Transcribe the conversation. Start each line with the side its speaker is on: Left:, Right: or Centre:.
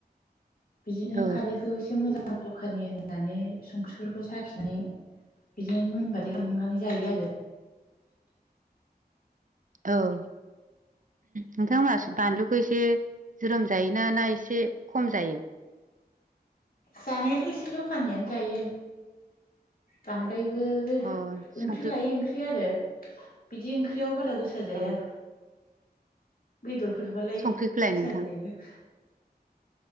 Left: बिदिनो
Right: औ
Left: खारैखौ एसे मोजां जखानि होननानै संख्रिफोरखौ साखिनानै बिदिजों मोनबाथाय खांनानै जायो आरो।
Right: औ। नोंथांमोना बानलुखौ एसे ज्रोम जायोना ना एसे खम जायो।
Left: जानायाथ' एसे जखानियानो जायो। बांद्रायबो रो-हो-ओंख्रि
Right: अ संख्रि
Left: लायै ओंख्रि आरो बिदि ओंख्रियाव बारा गोसा जाया
Right: अ
Left: बेदरफोरबालाय
Right: संख्रिखौलाय
Left: गोसा
Right: नोंथां
Left: जायो।